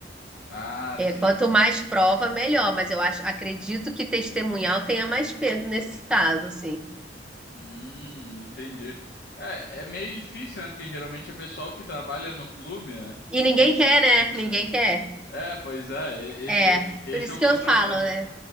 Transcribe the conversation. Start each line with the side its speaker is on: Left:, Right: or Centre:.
Left: Ah,
Centre: É,
Left: sim.
Centre: quanto mais prova, melhor, mas eu acho, acredito que testemunhal tenha mais peso nesse caso, assim.
Left: Hum, entendi. É, é meio difícil, né? Porque geralmente é pessoal que trabalha no clube, né? Então,
Centre: E ninguém quer, né? Ninguém quer.
Left: é, pois é, e-
Centre: É,
Left: esse, e- esse
Centre: por isso
Left: é o
Centre: que
Left: contraponto.
Centre: eu falo, né?